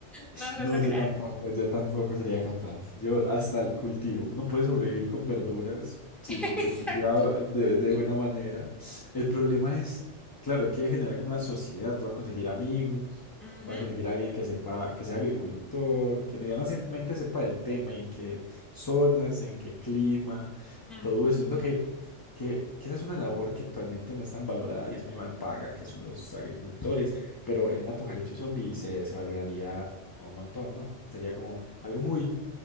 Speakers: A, in the centre; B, on the left.
A: no lo
B: No,
A: lograr.
B: yo tampoco, yo tampoco sería capaz. Yo hasta el cultivo. Uno puede sobrevivir con verduras si
A: <laughs>
B: pues,
A: Exacto.
B: se cultiva de, de buena manera. El problema es, claro, hay que generar como una sociedad. Tú vas a conseguir amigos,
A: Ujú,
B: tú vas a conseguir alguien que sepa, que sea agricultor, que medianamente sepa del tema y en qué zonas, en qué clima,
A: ujú,
B: todo eso. Siento que que, que esa es una labor que actualmente no es tan valorada y es muy mal paga, que son los agricultores, pero en un apocalipsis zombie se, se valoraría un montón, ¿no? Sería como algo muy